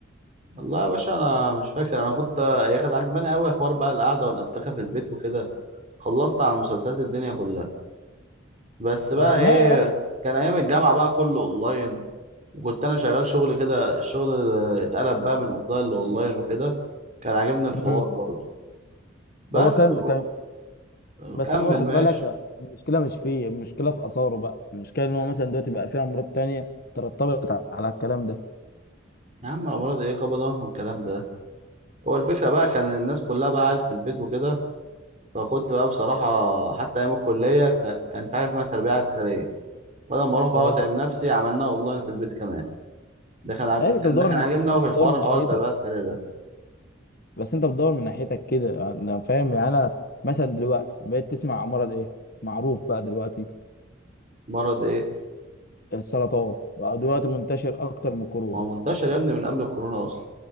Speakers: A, on the right; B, on the left.
A: والله يا باشا انا مش فاكر انا كنت هي كانت عجباني قوي حوار بقى القعده والانتخاب في البيت وكده خلصت على مسلسلات الدنيا كلها بس بقى
B: آه، ما
A: ايه كان ايام الجامعه بقى كله اونلاين وكنت انا شغال شغل كده الشغل اتقلب بقى من اوفلاين لاونلاين وكده كان عاجبني الحوار
B: مم.
A: برضه بس
B: هو كان كان
A: وكمل
B: بس هو خد
A: ماشي
B: بالك آه، المشكله مش فيه المشكله في اثاره بقى المشكله ان هو مثلا دلوقتي بقى فيه امراض تانية ترتبط على الكلام
A: يا عم امراض ايه كبر دماغك من الكلام ده هو الفكره بقى كان الناس كلها بقى قاعد في البيت وكده فكنت بقى بصراحه حتى ايام الكليه ك... كان في حاجه اسمها تربيه عسكريه بدل ما اروح بقى
B: ده
A: واتعب نفسي عملناها اونلاين في البيت كمان ده كان عج...
B: ماشي انت بتدور
A: اللي كان
B: من
A: عاجبني قوي
B: انت
A: في
B: بتدور
A: الحوار
B: من
A: حوار
B: ناحيتك
A: التربيه العسكريه ده
B: بس انت بتدور من ناحيتك كده انا فاهم يعني انا مثلا دلوقتي بقيت تسمع مرض ايه معروف بقى دلوقتي
A: مرض ايه
B: السرطان بقى دلوقتي منتشر اكتر من الكورونا
A: هو منتشر يا ابني من قبل الكورونا اصلا